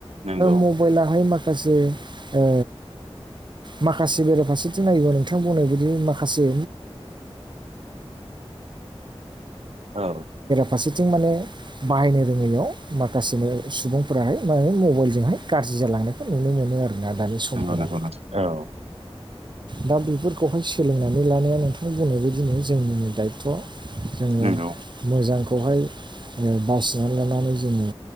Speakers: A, on the right; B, on the right.
A: नंगौ
B: मबाइलाहाय माखासे ओ माखासे बेराफारसेथिं नायोबा नोंथां बुंनाय बादि <unintelligible> माखासे
A: औ
B: फारसेथिं माने बाहायनो रोङैयाव माखासेनो सुबुंफोराहाय मा मबाइलजोंहाय गाज्रि जालांनो नुनो मोनो आरोना दानि समफोराव
A: नंगौ नंगौ नों औ
B: दा बे खौहाय सोलोंनानै लानाया नोंथां बुंनाय बायदिनो जोंनिनो दायथ' जोङो
A: नंगौ
B: मोजांखौहाय बासिना लानानै जोङो